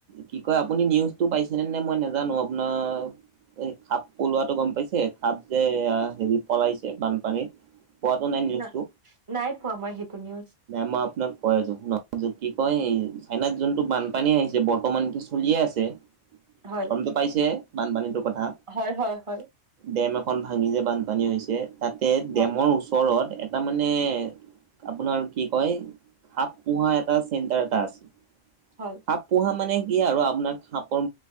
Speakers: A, on the right; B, on the right.
A: কি কয় আপুনি নিউজটো পাইছেনে নে মই নাজানো আপোনাৰ এই খাপ পলোৱাটো গম পাইছে খাপ যে হেৰি পলাইছে বানপানীত। পোৱাতু নাই নিউজটো,
B: না নাই পোৱা মই সেইটো নিউজ
A: মই আপোনাক কৈ আছো শুনক। কি কয় এই চাইনাত যোনটো বানপানী আহিছে বৰ্তমানটো চলিয়ে আছে।
B: হয়
A: গমটো পাইছে বানপানীটোৰ কথা।
B: হয় হয় হয়
A: ডেম এখন ভাঙি যে বানপানী হৈছে তাতে
B: হয়
A: ডেমৰ ওচৰত তাৰমানে আপোনাৰ কি কয়, খাপ পুহা এটা চেণ্টাৰ এটা আছে।
B: হয়।
A: সাপ পোহা মানে কি আৰু আপোনাক সাপৰ